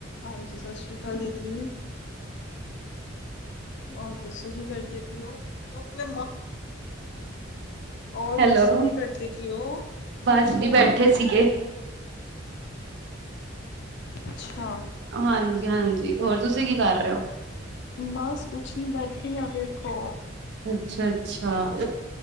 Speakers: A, on the left; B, on the right.
A: ਹਾਂਜੀ, ਸਤਿ ਸ੍ਰੀ ਅਕਾਲ ਦੀਦੀ ਹੋਰ ਦੱਸੋ ਕੀ ਕਰਦੇ ਉਹ ਤੇ ਉਸਨੇ ਔਰ
B: ਹੈਲੋ,
A: ਦੱਸੋ ਕੀ ਕਰਦੇ ਪਏ ਔ
B: ਬਸ ਜੀ ਬੈਠੇ ਸੀਗੇ।
A: ਅੱਛਾ
B: ਹਾਂਜੀ -ਹਾਂਜੀ ਹੋਰ ਤੁਸੀਂ ਕੀ ਕਰ ਰਹੇ ਹੋ।
A: ਬਸ ਕੁਛ ਨੀ ਬੈਠੇ ਈ ਆ ਦੇਖੋ
B: ਅੱਛਾ -ਅੱਛਾ